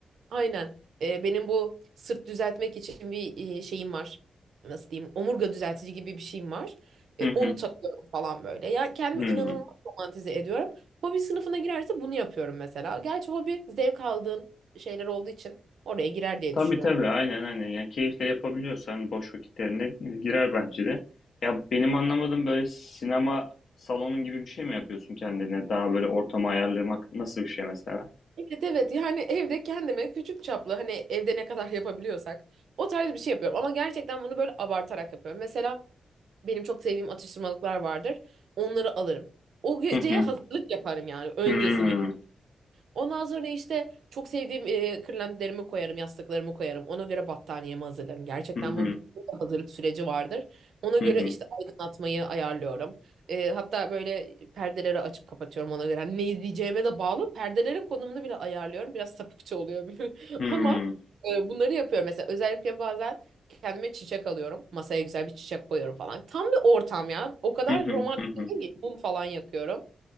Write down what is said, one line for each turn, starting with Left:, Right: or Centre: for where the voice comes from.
Right: Aynen. Ee, benim bu sırt düzeltmek için bir e, şeyim var. Nasıl diyeyim? Omurga düzeltici gibi bir şeyim var. E,
Left: Hı hı.
Right: onu takıyorum falan böyle. Ya kendimi
Left: Hmm.
Right: inanılmaz romantize ediyorum. Hobi sınıfına girerse bunu yapıyorum mesela. Gerçi hobi zevk aldığın şeyler olduğu için oraya girer diye
Left: Tabii
Right: düşünüyorum.
Left: tabii. Aynen aynen. Ya keyifle yapabiliyorsan boş vakitlerine girer bence de. Ya benim anlamadığım böyle sinema salonun gibi bir şey mi yapıyorsun kendine? Daha böyle ortamı ayarlamak nasıl bir şey mesela?
Right: Evet evet yani evde kendime küçük çaplı hani evde ne kadar yapabiliyorsak o tarz bir şey yapıyorum. Ama gerçekten bunu böyle abartarak yapıyorum. Mesela Benim çok sevdiğim atıştırmalıklar vardır. Onları alırım. O geceye
Left: Hı hı.
Right: hazırlık yaparım yani öncesinde.
Left: Hmm.
Right: Ondan sonra işte çok sevdiğim e, kırlentlerimi koyarım, yastıklarımı koyarım. Ona göre battaniyemi hazırlarım. Gerçekten
Left: Hı hı.
Right: bu, bu bir hazırlık süreci vardır. Ona göre
Left: Hı hı.
Right: işte aydınlatmayı ayarlıyorum. E, hatta böyle perdeleri açıp kapatıyorum ona göre. Hani ne izleyeceğime de bağlı. Perdelerin konumunu bile ayarlıyorum. Biraz sapıkça oluyor <laughs>
Left: Hmm.
Right: ama e, bunları yapıyorum. Mesela özellikle bazen kendime çiçek alıyorum. Masaya güzel bir çiçek koyuyorum falan. Tam bir ortam ya. O kadar
Left: Hı hı.
Right: romantik
Left: Hı hı.
Right: değil ki. Mum falan yakıyorum.